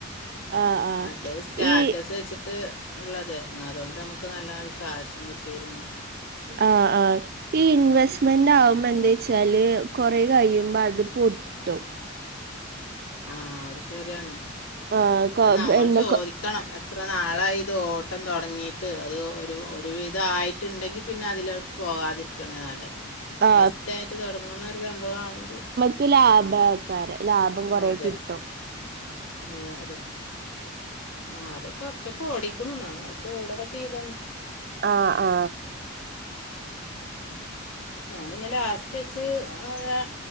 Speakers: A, on the right; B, on the left.
A: ആ ആ
B: മറ്റേത് സ്റ്റാറ്റസ്
A: ഈ
B: വെച്ചിട്ട് ഉള്ളതേയിരുന്നു അതുകൊണ്ട് നമുക്ക് നല്ല കാശും കിട്ടിയിരുന്നു.
A: ആഹ് ആഹ് ഈ ഇൻവെസ്റ്റ്മെന്റ് ആവുമ്പോ എന്താച്ചാല് കൊറെ കഴിയുമ്പോ അത് പൊട്ടും
B: ആഹ് അത് ശരിയാണ്
A: ആ കൊ
B: അത് നമ്മൾ
A: എന്താ
B: ചോദി
A: കൊ
B: ക്കണം എത്ര നാളായി ഇത് ഓട്ടം തുടങ്ങിയിട്ട്. അത് ഒരു ഒരു വിധായിട്ടുണ്ടെങ്കിൽ പിന്നെ അതിൽ പോവാതിരിക്കാണ് നല്ലത്
A: ആ
B: ഫസ്റ്റായിട്ട് തോടങ്ങ്ണ ഒരു സംഭവമാണെങ്കി
A: ഓല്ക്ക് ലാഭത്തി - കാര ലാഭം കൊറെ
B: ആഹ് അതെ
A: കിട്ടും
B: അതെ അതെ ആ അത് കൊറച്ചൊക്കെ ഓടിക്ക്ണു നന്നായിട്ട് ഓടൊക്കെ ചെയ്ത്ണ്.
A: ആ ആ
B: ഞാൻ പിന്നെ ലാസ്റ്റ് വെച്ച് ഒരേ